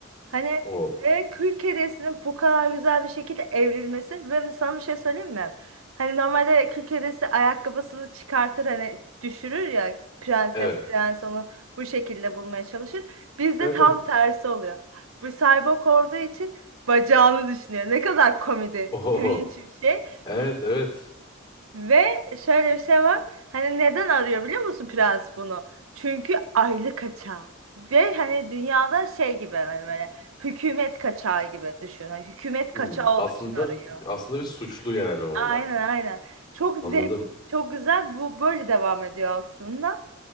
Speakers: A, on the right (about 85°); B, on the left (about 20°).
A: Hani
B: O.
A: ve kül kedisinin bu kadar güzel bir şekilde evrilmesi ve sana bir şey söyleyeyim mi? Hani normalde kül kedisi ayakkabısını çıkartır hani düşürür ya prenses
B: Evet.
A: prens onu bu şekilde bulmaya çalışır. Bizde
B: Evet
A: tam
B: evet.
A: tersi oluyor. Bu cyborg olduğu için bacağını düşünüyor. Ne kadar komedi,
B: Oho.
A: cringe bir şey.
B: Evet evet.
A: Ve şöyle bir şey var. Hani neden arıyor biliyor musun prens bunu? Çünkü aylık kaçağı. Ve hani dünyada şey gibi hani böyle hükümet kaçağı gibi düşün. Hani hükümet kaçağı
B: Hmm. Aslında
A: olduğu için arıyor.
B: aslında bir suçlu yani orada.
A: Aynen aynen. Çok zevk,
B: Anladım.
A: çok güzel. Bu böyle devam ediyor aslında.